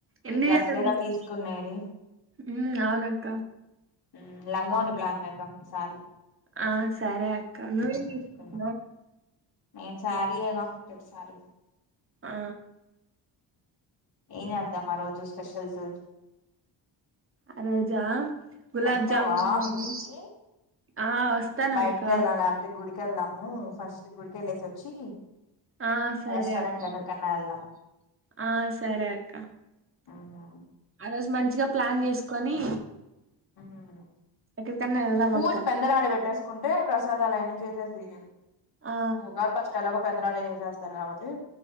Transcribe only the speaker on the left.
మీ
డ్రెస్లేగా
తీసుకునేది
ఉమ్ లంగా ఓని ప్లాన్ చేదాం ఈసారీ
తీసుకుందాం
నేను సారీ యే గా ప్రతిసారీ
ఏం చేద్దాం ఆ రోజు స్పెషల్స్
వస్తావా
ఇంటికి
బయటకి వెళ్దాం లేకపోతే గుడికెళ్దాము ఫస్ట్ గుడికేళ్ళేసి వచ్చి
రెస్టారెంట్
కి ఎక్కడికన్నా వెళ్దాం
ఉమ్,
ఉమ్
పూజ
పెందలాడ పెట్టేసుకుంటే ప్రసాదాలాయని చేసేస్ దీ
ఉగాది పచ్చడి ఎలాగో పెందలాడే చేసేస్తారు కాబట్టి